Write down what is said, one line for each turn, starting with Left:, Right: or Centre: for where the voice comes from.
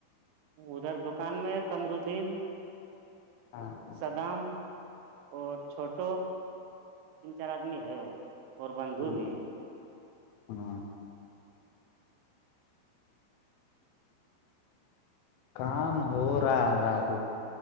Right: ادھر دکان میں کمردین
Left: ہاں
Right: صدام اور چھوٹو تین چار آدمی ہے اور بندھو
Left: ہاں
Right: بھی ہے
Left: ہاں کام ہو رہا ہے ہمارا ابھی